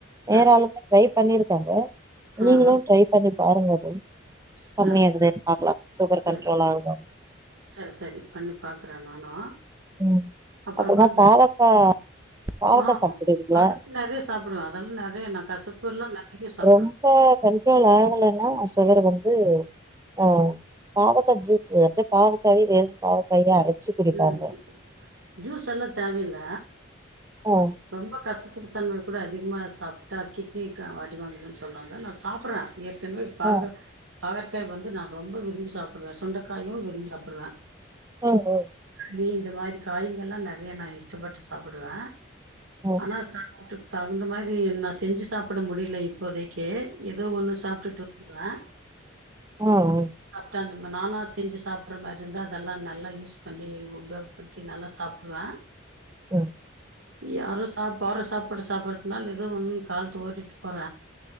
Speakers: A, on the right; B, on the right.
A: சார்
B: வேறாலுமே ட்ரை பண்ணிருக்கே அத நீங்களு
A: ஆஹா
B: ட்ரை பண்ணி பாருங்க அத
A: சரி
B: கம்மியா இருக்குதே பாக்லா சுகர்
A: சரி
B: கண்ட்ரோல் ஆவுதான்னு
A: சரி சரி பண்ணி பாக்றே நானு
B: ம்
A: அப்புறமா
B: அப்பறமா
A: வந்து
B: பாவக்கா பாவக்கா
A: ஆ
B: சாப்டுவீங்களா
A: அது நெறய சாப்படுவே அதெல்லா நெறய நா கசப்பு எல்லா நெறய சாப்
B: ரொம்போ கண்ட்ரோல் ஆகலன்னா சுகர் வந்து ஆ பாவக்கா ஜுஸு அப்டி பாவக்காய் வெறும் பாவக்காயவே அரச்சு குடிப்பாங்க
A: ம் ஜூஸ் எல்லா தேவை இல்ல
B: ஓ
A: ரொம்ப கசப்புக்கு தன்மை கூட அதிகமா சாப்ட்டா கிட்னிகு அடி வாங்கதுன்னு சொல்றாங்க நா சாப்றே <unintelligible> பா
B: ஆ
A: பாகற்காய் வந்து நா ரொம்ப விரும்பி சாப்டுவே சுண்டைக்காயு விரும்பி சாப்பிடுவே
B: ஓ ஓ
A: லி இந்த மாரி காய்ங்கல்லா நெறய நா இஷ்டப்பட்டு சாப்டுவே
B: ம்
A: ஆனா சாப்ட்டுட் தகுந்த மாரி நா செஞ்சு சாப்ட முடில இப்போதைக்கி கே ஏதோ ஒண்ணு சாப்ட்டுட்ரு அ
B: ஓ ஓ
A: சாப்ட்டா அந்த மா நானா செஞ்சு சாப்ட்ற மாரி இருந்தா அதெல்லா நல்லா யூஸ் பண்ணி உபயோகப்படுத்தி நல்லா சாப்டுவே
B: ம்
A: யாரோ சாப் போடுற சாப்பாட சாப்டறதுனால ஏதோ ஒன்னு காலத்த ஓட்டிட்டு போற